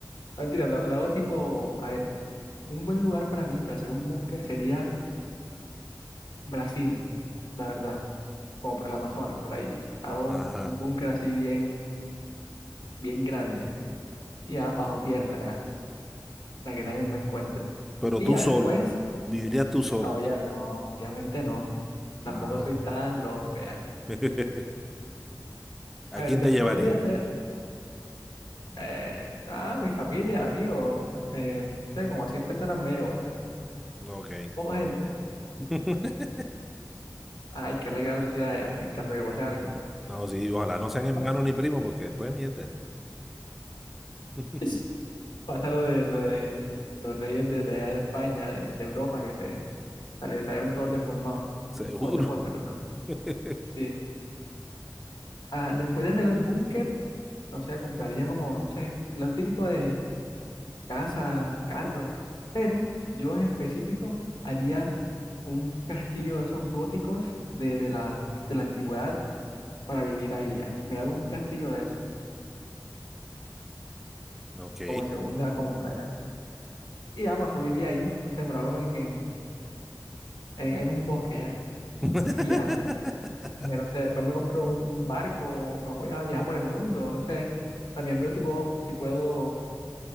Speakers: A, on the left (about 75°); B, in the centre.
A: No, Mentira, lo, lo hago tipo, a ver, un buen lugar para mí, para hacer un búnker sería Brasil, la verdad, como por el Amazonas, por ahí. Hago
B: Ajá.
A: un, un búnker así bien, bien grande, y ya bajo tierra, ya, para que nadie me encuentre.
B: Pero
A: Y
B: tú
A: ya
B: solo.
A: después,
B: Vivirías tú solo.
A: no, ya, no, obviamente no, tampoco
B: Ah.
A: soy tan loco, ya.
B: <laughs>
A: A
B: ¿A quién
A: ver, después
B: te llevaría?
A: de hacer Eh, nada, mi familia, amigos, eh, tengo como 100 personas me llevo ya,
B: No, Ok.
A: poca gente.
B: <laughs>
A: Ah, hay que arreglar la sociedad ya, en caso de que pase algo.
B: No, sí, ojalá no sean hermanos
A: No,
B: ni primos, porque después mierda. <laughs>
A: es- Pasa lo de, lo de los reyes de, de allá de España, de, de Europa, que se sale- salieron todos deformados,
B: Seguro.
A: todos deformes, perdón.
B: <laughs>
A: Sí. Ah, después de hacer el búnker, no sé, compraría como, no sé, lo típico de casa, carro, pero yo en específico haría un castillo de esos góticos de, de la, de la antigüedad para vivir ahí ya. Me hago un castillo de eso,
B: Ok.
A: como segunda compra ya. Y ya paso a vivir ahí, no sé, me lo hago en, en, en, en un bosque ya.
B: <laughs>
A: Y ya, me- no sé, después me compro un, un barco, me voy a viajar por el mundo, no sé. También veo si puedo, si puedo,